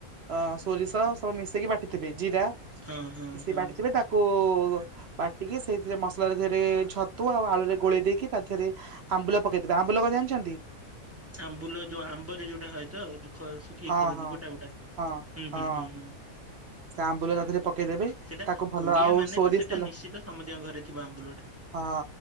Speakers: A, on the right (about 55°); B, on the right (about 20°).
A: ଅ ସୋରିଷ ସବୁ ମିଶେଇକି ବାଟିଥିବେ। ଜିରା
B: ହଁ ହଁ
A: ସେ
B: ହଁ।
A: ବାଟିଥିବେ ତା କୁ ବାଟିକି ସେଇଥିରେ ମସଲ ଧିଅରେ ରେ ଛତୁ ଆଉ ଆଳୁରେ ଗୋଳେଇ ଦେଇକି ତା ଧିଅରେ। ଆମ୍ବୁଲ ପକେଇଦେବେ ଆମ୍ବୁଲ କଁ ଜାଣିଛନ୍ତି?
B: ଆମ୍ବୁଲ ଯୋଉ ଆମ୍ବରେ ଯୋଉଟା ହଏ ତ ଯୋଉ ଖ ଶୁଖେଇକି
A: ହଁ
B: କରନ୍ତି
A: ହଁ
B: ଗୋଟା ଗୋଟା ହୁଁ
A: ହଁ ହଁ
B: ହୁଁ ହୁଁ ହୁଁ।
A: <inaudible> ସେ ଆମ୍ବୁଲ ତା ଦେହରେ ପକେଇଦେବି,
B: ସେଇଟା
A: ତାକୁ ଭଲ
B: ଓଡିଆ
A: ଆଉ
B: ମାନେ
A: ସୋରିଷ
B: ତ ସେଇଟା
A: ତେଲ
B: ନିଶ୍ଚିତ ସମସ୍ତଙ୍କ ଘରେ ଥିବ ଆମ୍ବୁଲଟା
A: ହଁ